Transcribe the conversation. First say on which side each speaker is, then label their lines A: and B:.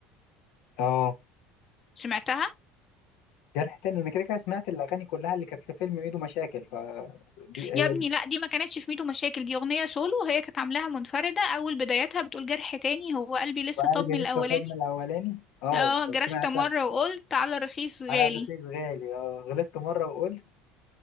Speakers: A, on the left; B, on the left.
A: اه
B: سمعتها
A: جرح تاني أنا كده كده سمعت الأغاني كلها اللي كانت في فيلم ميدو مشاكل فدي هي
B: يا ابني
A: دي
B: لا دي ما كانتش في ميدو مشاكل دي اغنيه سولو هي كانت عاملاها منفرده اول بدايتها بتقول جرح تاني هو قلبي لسه
A: وقلبي
B: طب من الاولاني
A: لسه طب من الأولاني اه
B: اه جرحت
A: سمعتها
B: مرة وقلت على رخيص غالي
A: على الرخيص غالي اه غلطت مرة وقلت